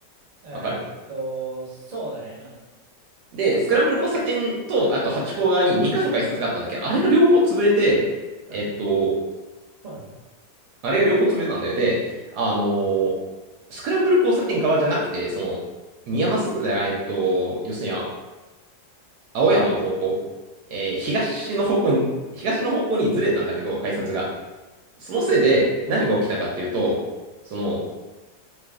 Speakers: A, on the right; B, on the right.
A: えーっと、
B: わかる
A: そうだね。うん。
B: で、
A: あったあったあった。
B: スクランブル交差点と、あと八甲側に2箇所改札があったんだけど、あれが両方潰れて、
A: え
B: えっと、
A: <laughs> そうなんだ。
B: あれが両方潰れたんだよ。で、あのースクランブル交差点側じゃなくて、その、宮益、
A: うん。
B: あえっと、要するにあ青山の方向、えー東の方向に、東の方向にずれたんだけど、改札が。そのせいで何が起きたかっていうと、
A: あ、はいはい。
B: その、